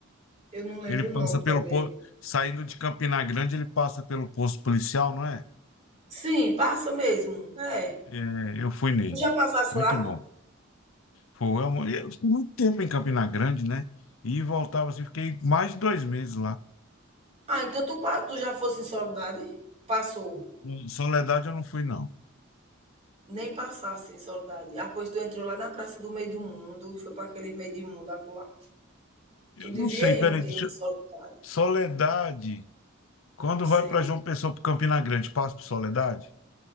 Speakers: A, on the right; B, on the left.
A: Eu não lembro
B: Ele passa
A: o nome
B: pelo
A: também.
B: posto, saindo de Campina Grande, ele passa pelo posto policial, não é?
A: Sim, passa mesmo. É.
B: É, eu fui nele.
A: Tu já passasse
B: Muito
A: lá?
B: bom. Foi, amor. Eu fiquei muito tempo em Campina Grande, né? E voltava assim, fiquei mais de dois meses lá.
A: Ah, então tu, pa- tu já fosse em Soledade? Passou.
B: Em Soledade eu não fui, não.
A: Nem passasse em Soledade. Ah, pois tu entrou lá na Praça do Meio do Mundo e foi para aquele meio do mundo acolá.
B: Eu
A: Tu
B: não
A: devia
B: sei, peraí,
A: ir um
B: deixa
A: dia em
B: eu...
A: Soledade.
B: Soledade. Quando
A: Sim.
B: vai para João Pessoa, para Campina Grande, passa por Soledade?